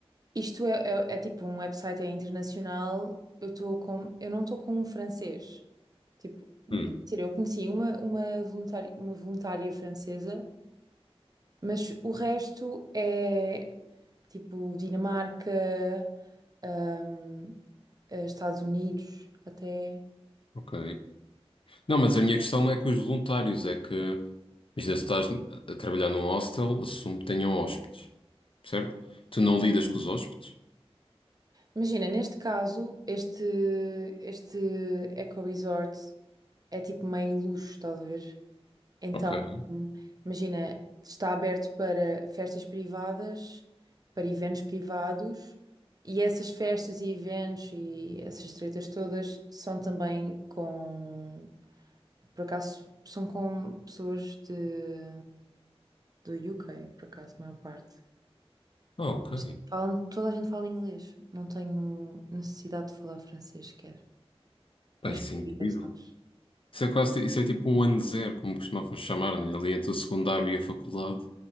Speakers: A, on the right; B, on the left.
A: Isto é, é- é tipo um website é internacional. Eu estou com, eu não estou com um francês. Tipo, mentira,
B: Hum,
A: eu conheci uma uma voluntária, uma voluntária francesa, mas o resto é tipo Dinamarca, hum, eh, Estados Unidos, até.
B: ok. Não, mas a minha questão não é com os voluntários, é que, imagina, se estás a trabalhar num hostel, assumo que tenham hóspedes, certo? Tu não lidas com os hóspedes?
A: Imagina, neste caso, este este eco resort é tipo meio luxo, estás a ver? Então,
B: Ok.
A: hum, imagina, está aberto para festas privadas, para eventos privados, e essas festas e eventos e essas tretas todas são também com, por acaso, são com pessoas de, do UK, por acaso, a maior parte.
B: Ah, ok.
A: Isto- Falam, toda a gente fala inglês, não tenho necessidade de falar francês sequer,
B: Pá,
A: mas
B: isso
A: queria,
B: é incrível.
A: sabes?
B: Isso é quase, ti- isso é tipo um ano zero, como costumávamos chamar, né? Ali entre o secundário e a faculdade.